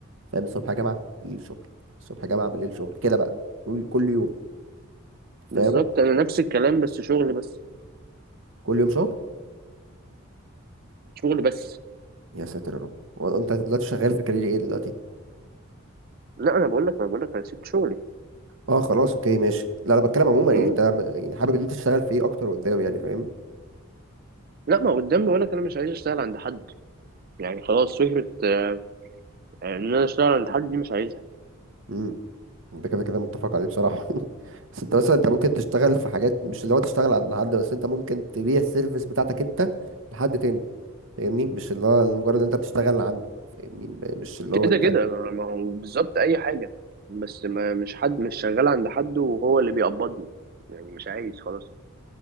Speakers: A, on the right; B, on the right.
A: فاهم الصبح جامعة بالليل شغل الصبح جامعة بالليل شغل كده بقى كل كل يوم
B: بالظبط
A: فاهم
B: أنا نفس الكلام بس شغل بس
A: كل يوم شغل
B: شغل بس
A: يا ساتر يا رب هو انت دلوقتي شغال في كارير ايه دلوقتي
B: لا انا بقول لك ما بقول لك انا سبت شغلي
A: اه خلاص اوكي ماشي لا انا بتكلم عموما
B: امم
A: يعني انت عم- يعني حابب ان انت تشتغل في ايه اكتر قدام يعني فاهم
B: لا ما قدام بقول لك انا مش عايز اشتغل عند حد يعني خلاص فكره آه، ان انا اشتغل عند حد دي مش عايزها
A: امم ده كده كده متفق عليه بصراحة <laughs> بس انت مثلا انت ممكن تشتغل في حاجات مش اللي هو تشتغل عند حد بس انت ممكن تبيع السيرفيس بتاعتك انت لحد تاني فاهمني مش اللي هو مجرد انت بتشتغل عنده فاهمني م- مش اللي
B: كده
A: هو انت
B: كده ما ما هو بالظبط اي حاجه بس ما مش حد مش شغال عند حد وهو اللي بيقبضني يعني مش عايز خلاص